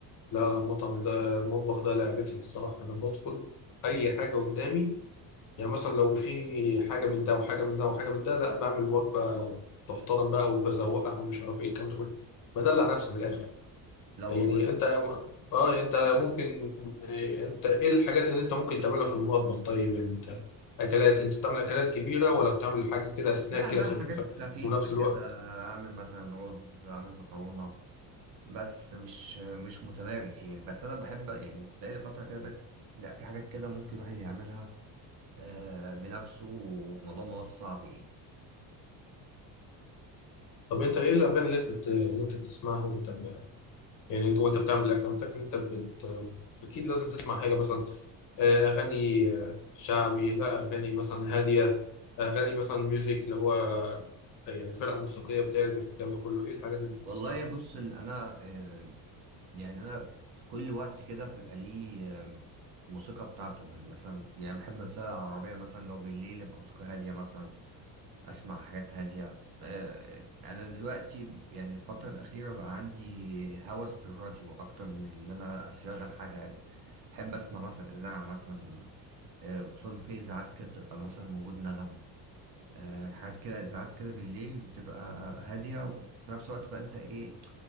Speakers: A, on the left; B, on the right.
A: لا لا المطعم ده المطبخ ده لعبتي الصراحة أنا بدخل أي حاجة قدامي يعني مثلا لو في حاجة من ده وحاجة من ده وحاجة من ده لا بعمل وجبة تحترم بقى وبزوقها ومش عارف إيه الكلام ده كله بدلع نفسي من الآخر
B: لا والله
A: يعني أنت أه أنت ممكن أنت إيه الحاجات اللي أنت ممكن تعملها في المطبخ طيب أنت أكلات أنت بتعمل أكلات كبيرة ولا بتعمل حاجة كده سناك
B: لا
A: كده
B: لا
A: خفيفة
B: حاجات خفيفه
A: ونفس
B: كده
A: الوقت
B: اعمل مثلا رز اعمل مكرونه بس مش مش متمارس يعني بس انا بحب يعني بقى لي فتره كده بقيت لا في حاجات كده ممكن الواحد يعملها آه، بنفسه وموضوع ما هو صعب يعني
A: طب أنت إيه الأغاني اللي أنت بت- اللي أنت بتسمعها وأنت يعني انت وانت بتعمل الاكونتك انت بت... اكيد لازم تسمع حاجه مثلا آه، اغاني آه، شعبي لا اغاني مثلا هاديه اغاني مثلا ميوزك اللي هو آه، يعني فرقه موسيقيه بتعزف الكلام ده كله ايه الحاجات اللي انت بتسمعها
B: والله بص ال- انا آه، يعني انا كل وقت كده بيبقى ليه آم، موسيقى بتاعته يعني مثلا يعني بحب السواقة العربية مثلا لو بالليل يبقى موسيقى هادية مثلا اسمع حاجات هادية آه، انا دلوقتي يعني الفترة الأخيرة بقى عندي هوس بالراديو اكتر من اللي انا اشغل حاجة يعني بحب اسمع مثلا اذاعة مثلا آه، خصوصا في اذاعات كده بتبقى مثلا موجود نغم آه، حاجات كده اذاعات كده بالليل بتبقى هادية وفي نفس الوقت بقى انت ايه